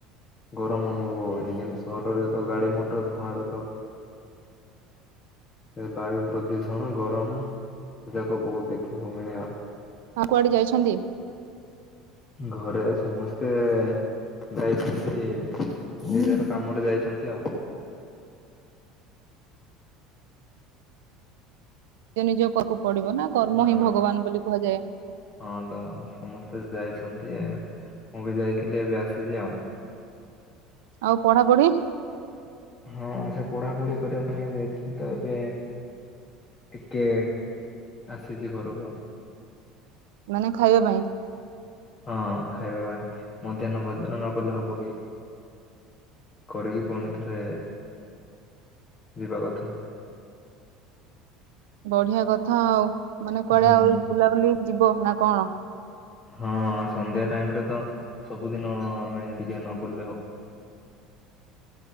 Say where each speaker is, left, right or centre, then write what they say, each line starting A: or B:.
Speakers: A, on the left; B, on the right.
A: ଗରମ ଅନୁଭବ ହୁଏନି କିନ୍ତୁ ସହରରେ ତ ଗାଡି ମଟର ଧୂଆଁ ରୁ ତ <unintelligible> ବାୟୁ ପ୍ରଦୂଷଣ ଗରମ ଯାକ ବହୁତ ଦେଖିବାକୁ ମିଳେ।
B: ହଉ କୁଆଡେ ଯାଇଛନ୍ତି?
A: ଘରେ ସମସ୍ତେ ଯାଇଛନ୍ତି। ନିଜର କାମରେ ଯାଇଛନ୍ତି ଆଉ।
B: ନିଜ ନିଜକ-କୁ ପଡିବ ନା କର୍ମ
A: ହଁ
B: ହିଁ ଭଗବାନ ବୋଲି କୁହାଯାଏ।
A: ହଁ ତ ସମସ୍ତେ ଯାଇଛନ୍ତି। ମୁଁ ବି ଯାଇଥିଲି ଏବେ ଆସିଲି ଆଉ।
B: ଆଉ ପଢାପଢି?
A: ହଁ ସେ ପଢାପଢି କରିବା ପାଇଁ ଯାଇଥିଲି ତ ଏବେ ଟିକେ ଆସିଚି ଘରକୁ ଆଉ।
B: ମାନେ ଖାଇବା ପାଇଁ?
A: ହଁ ଖାଇବା ପାଇଁ ମଧ୍ୟାହ୍ନ ଭୋଜନ ନକଲେ ହବ କି। କରିକି ପୁଣି ଥରେ ଯିବା କଥା।
B: ବଢିଆ କଥା ଆଉ ମାନେ କୁଆଡେ
A: ହୁଁ
B: ଆଉ ବୁଲାବୁଲି ଯିବ ନା କଣ?
A: ହଁ ସନ୍ଧ୍ୟା ଟାଇମରେ ତ ସବୁଦିନ ଆମେ ଟିକେ ନ ବୁଲିଲେ ହ